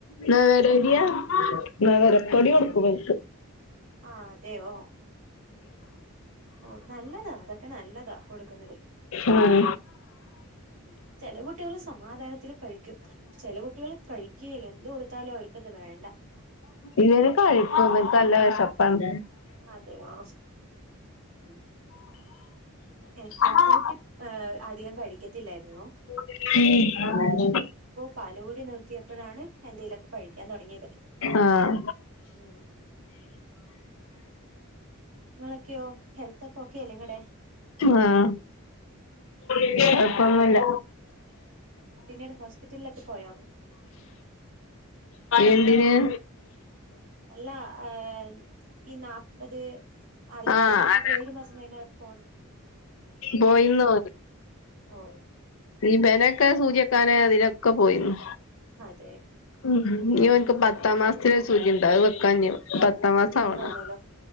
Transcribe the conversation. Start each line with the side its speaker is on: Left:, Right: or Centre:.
Left: നവരരിയാ നവരപ്പൊടി കൊടുക്കും ഇവനിക്ക്
Right: ആഹ് അതെയോ ഓഹ് നല്ലതാ അതൊക്കെ നല്ലതാ കൊടുക്കുന്നത്
Left: ഉം
Right: ചെല കുട്ടികള് സമാധാനത്തില് കഴിക്കും ചെല കുട്ടികള് കഴിക്കെ ഇല്ല എന്ത് കൊടുത്താലും അവർക്ക്ത് വേണ്ട
Left: ഇവന് കഴിക്കും ഇവന്ക്ക് നല്ല വേശപ്പാണ്
Right: അതെയോ ഉം എ
Left: ആഹ്
Right: എന്റെ കൂട്ടി ഏഹ് അധികം കഴിക്കത്തില്ലാരുന്നു
Left: <unintelligible>
Right: പാലുകുടി നിർത്തിയപ്പോഴാണ് എന്തെലൊക്കെ കഴിക്കാൻ തൊടങ്ങിയത്
Left: ആഹ്
Right: ഉം ഇങ്ങളൊക്കെയോ ഹെൽത്തൊക്കെ ഒക്കെയല്ലേ ഇങ്ങടെ
Left: ആഹ് കൊഴപ്പൊന്നുമില്ല
Right: പിന്നീട് ഹോസ്പിറ്റലിലൊക്കെ പോയോ
Left: എന്തിന്
Right: ഇല്ല അ് ഈ നാപ്പത് ല്ലാ
Left: ആഹ്
Right: ആറുമാസം
Left: അന
Right: ഏഴുമാസം അതിനകത്ത് പോണ്ടെ
Left: പോയിന്നോ
Right: ഓ
Left: ഇവനെയെക്കെ സൂചി വെക്കാനെ അതിനൊക്കെ പോയിരുന്നു
Right: <unintelligible>
Left: ഉം ഇവനിക്ക് പത്താം മാസത്തിലെ സുചീ ഉണ്ട് അത് വക്കാനി പോണം പത്താം മാസം
Right: ഇനി
Left: ആവണം
Right: പോണല്ലോ